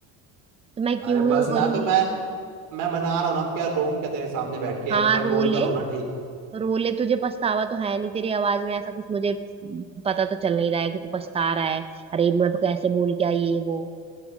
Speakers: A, on the right; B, on the right.
A: तो मैं क्यों
B: अरे बस
A: ही वो
B: ना
A: करूंगी
B: तो मैं मैं मना रहा हूँ ना अब क्या रोऊं क्या तेरे सामने बैठ के
A: हाँ
B: अब मैं
A: रो
B: बोलता
A: ले
B: रहा हूँ ना ठीक
A: पर बोले तुझे पछतावा तो है नहीं तेरी आवाज में ऐसा कुछ मुझे पता तो चल नहीं रहा है कि तू पछता रहा है अरे मैं तो कैसे बोल क्या ये वो